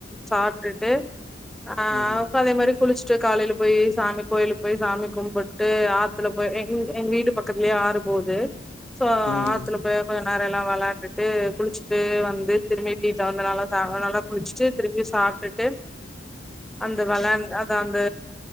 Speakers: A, in the centre; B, on the left.
A: சாப்டுட்டு ஆ
B: ம்
A: அப்ழ அதே மாறி குளிச்சுட்டு காலையில போயி சாமி கோயிலுக்கு போய் சாமி கும்பிட்டு ஆத்துல போய் எ எங்க வீட்டு பக்கத்துலயே ஆறு போது சோ
B: ம் ம்
A: ஆத்துல போய் கொஞ்சோ நேரோ எல்லா வெளாண்டுட்டு குளிச்சு ட்டு வந்து திரும்பிட்டு வந்தனால நல்லா குடிச்சுட்டு திரும்பி சாப்டுட்டு அந்த வெளா அந்த அந்த